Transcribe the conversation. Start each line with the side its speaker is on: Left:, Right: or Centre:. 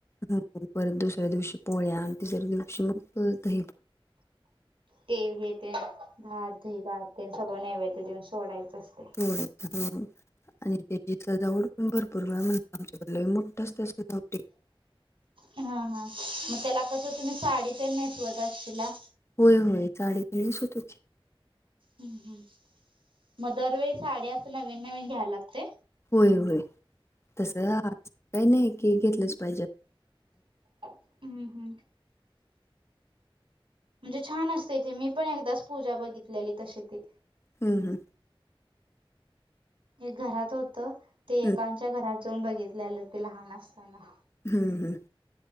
Left: हो. परत दुसऱ्या दिवशी पोळ्या, तिसऱ्या दिवशी मग दही
Right: ते हे ते भात दही भात ते सगळं नैवेद्य देऊन सोडायचं असतय.
Left: <inaudible> आणि त्याची सजावट पण भरपूर वेळा म्हण आच्याकड लय मोठा असत्या सजावटी.
Right: हा हा. मग त्याला कसं तुम्ही साडी तेन नेसवत असशिला.
Left: होय होय साडी ते नेसवतो की.
Right: हम्म हम्म. मग दरवेळी साडी असं नवीन नवीन घ्यायला लागतय?
Left: होय होय. तस काही नाही की घेतलंच पाहिजे
Right: हम्म हम्म म्हणजे छान असते तेे मी पण एकदाच पूजा बघितलेली तशी ती.
Left: हम्म हम्म.
Right: एक घरात होत. ते एकांच्या
Left: हम्म
Right: घरात जाऊन बघितलेल ते लहान असताना.
Left: हम्म हम्म.